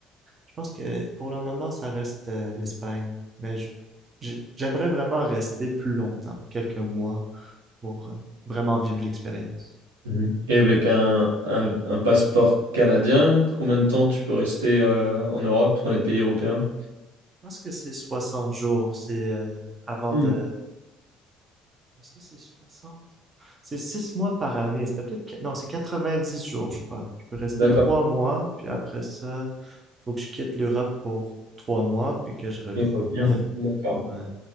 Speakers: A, on the right; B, on the right.
A: Je pense que pour le moment, ça reste euh, l'Espagne, mais je- j'ai- j'aimerais vraiment rester plus longtemps, quelques mois, pour euh, vraiment vivre l'expérience.
B: mhm. Et avec un, un- un passeport canadien, combien de temps tu peux rester euh, en Europe, dans les pays européens?
A: Je pense que c'est 60 jours, c'est euh, avant
B: Hmm,
A: de... Est-ce que c'est 60? C'est 6 mois par année, c'était peut-être... qu- Non, c'est 90 jours, je crois. Je peux rester
B: D'accord.
A: 3 mois, puis après ça, faut que je quitte l'Europe pour 3 mois, puis que je revienne.
B: Et revenir.
A: <laughs>
B: D'accord,
A: Ouais.